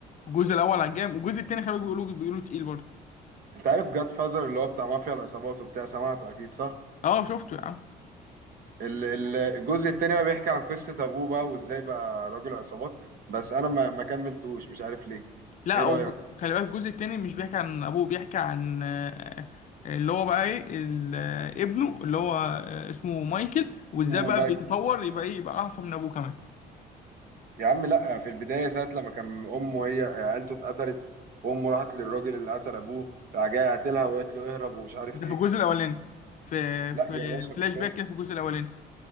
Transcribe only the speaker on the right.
أنت عارف جاد فازر اللي هو بتاع مافيا العصابات وبتاع سمعته أكيد صح؟
ال- ال- الجزء التاني بقى بيحكي عن قصة أبوه بقى وإزاي بقى راجل عصابات بس أنا ما ما كملتوش مش عارف ليه
إيه
رأيك؟
اسمه
مايك
يا عم لأ في البداية ساعة لما كان أمه هي عيلته اتقتلت وأمه راحت للراجل اللي قتل أبوه راح جاي قاتلها وقالت له اهرب ومش عارف
إيه
لأ
يا باشا
في التاني